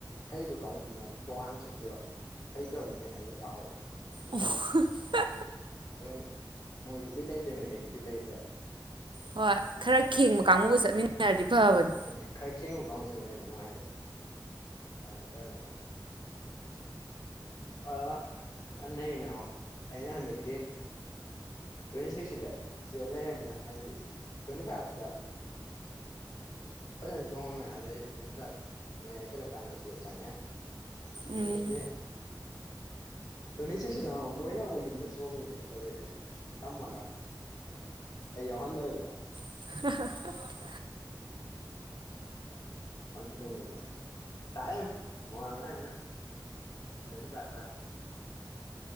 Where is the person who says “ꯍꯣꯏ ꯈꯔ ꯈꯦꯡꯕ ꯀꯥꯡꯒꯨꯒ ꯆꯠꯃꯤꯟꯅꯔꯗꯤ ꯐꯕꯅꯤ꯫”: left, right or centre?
Right